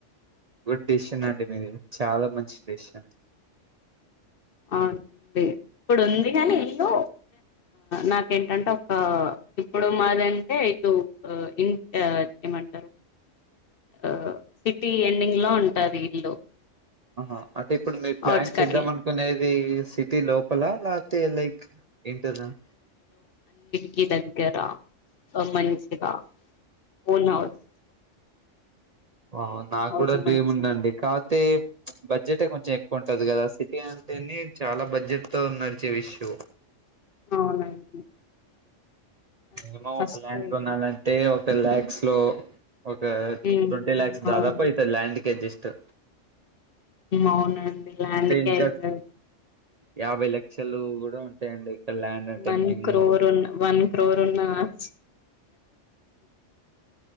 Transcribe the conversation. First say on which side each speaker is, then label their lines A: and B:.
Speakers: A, on the right; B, on the left.
A: గుడ్ డెసిషన్ అండి మీది చాల మంచి డెసిషన్
B: అవుం డి ఇప్పుడు ఉంది కాని ఇల్లు నాకేంటంటే ఒక ఇప్పుడు మాది అంటే ఇటు ఇ ఏమంటారు ఆ సిటీ ఎండింగ్ లో ఉంటాది ఇల్లు
A: అహ అంటే ఇప్పుడు మీర్ ప్లాన్
B: ఔట్స్కట్లో
A: చేద్దాం అనుకునేదీ సిటీ లొ పక్కల లాతే లైక్ ఎనక
B: కి దగ్గర పోన్ మనిషిగా ఓన్ హౌస్
A: ఆ
B: ఓన్
A: నాకూడ
B: హౌస్
A: డీమ్
B: మంచిగా
A: ఉందండి కాతే బడ్జెట్ కొంచెం ఎక్కువ ఉంటది కదా సిటీ అంటే చాల బడ్జెట్ తో నడిచే ఇష్యూ
B: అవునండి అదే
A: ఏమో
B: ఫస్ట్
A: ఒక ల్యాండ్
B: ఇల్లు.
A: కొనాలంటే ఒక్ టెన్ ల్యాక్స్ లో ఒక
B: హ్మ్.
A: ట్వంటి ల్యాక్స్
B: అవును
A: దాదాపు అయితే ల్యాండ్ కి అడ్జెస్ట్ ట
B: అవునండి ల్యాండ్కే కే
A: ఇంకా
B: ఐతది
A: యాభై లక్షలు కూడా ఉంటాయండి ఇక్కడ ల్యాండ్ అంటే
B: వన్
A: మినిమం.
B: క్రోర్ ఉన్న వన్ వన్ క్రోర్ ఉన్న ఆశ